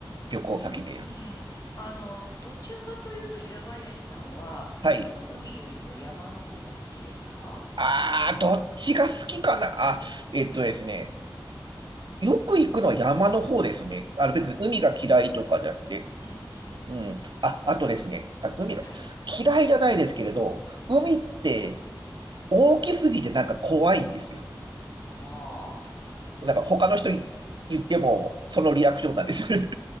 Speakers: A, on the right; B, on the left.
A: 旅行先で。
B: うん、あの、どちらかというと平林さんは、
A: はい。
B: その海よりも山の方がお好きですか
A: ああ、どっちが好きかなあ、えっとですね。よく行くのは山の方ですね。あの、別に海が嫌いとかじゃなくて。
B: うん、うん、うん。
A: うん。あ、あとですね。あ、海が
B: はい。
A: 嫌いじゃないですけれど、海って
B: うん、うん。
A: 大きすぎてなんか怖いんですよ。
B: は
A: なんか他の人に言っても、そのリアクションなんです。
B: あ、うん。
A: <laughs>